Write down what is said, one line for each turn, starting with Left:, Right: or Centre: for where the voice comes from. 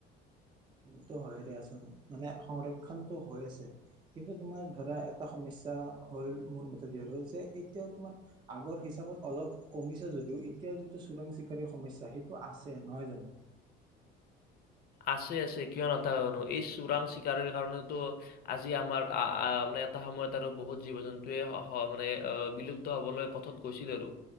Right: সেইটো হয় দিয়াচোন মানে সংৰক্ষণটো হৈ আছে কিন্তু তোমাৰ ধৰা এটা সমস্যা হল মোৰ মতেদি আৰু যে এতিয়াও তোমাৰ আগৰ হিচাপত অলপ কমিছে যদিও এতিয়াও যিটো চোৰাং চিকাৰী সমস্যা সেইটো আছে নহয় জানো
Left: আছে আছে কিয় নাথাকে মানো এই চোৰাং চিকাৰীৰ কাৰণেটো আজি আমাৰ মানে এটা সময়ত আৰু বহুত জীৱ জন্তুৱে মানে বিলুপ্ত হবলৈ পথত গৈছিল আৰু